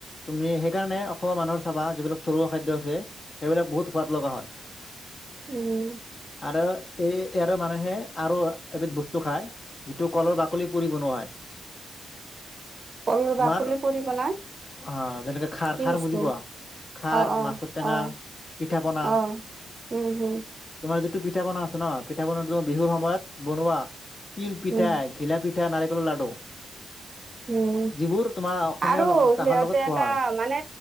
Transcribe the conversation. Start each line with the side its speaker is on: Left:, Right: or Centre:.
Left: তুমি সেইকাৰণে অসমৰ মানুহৰ চাবা যিবিলাক থলুৱা খাদ্য আছে সেইবিলাক বহুত সোৱাদ লগা হয় <unintelligible>
Right: উম
Left: আৰু এই ইয়াৰে মানুহে আৰু এবিধ বস্তু খায় যিটো কলৰ বাকলি পুৰি বনোৱাই
Right: কল
Left: তোমাৰ
Right: বাকলি পুৰি বনাই কি
Left: অ যেনেকে খাৰ খাৰ
Right: বস্তু
Left: বুজি পোৱা খাৰ
Right: অ অ অহ
Left: মাছৰ টেঙা
Right: অহ
Left: পিঠা পনা
Right: উম হু
Left: তোমাৰ যিটো পিঠা পনা আছে ন পিঠা পনা তোমাৰ বিহুৰ সময়ত বনোৱা তিল পিঠাই
Right: উম
Left: ঘিলাপিঠা নাৰিকলৰ লাডু
Right: উম
Left: যিবোৰ তোমাৰ অসমীয়া
Right: আৰু
Left: চাহৰ
Right: সিহঁতে
Left: লগত খোৱা
Right: এটা
Left: হয়
Right: মানে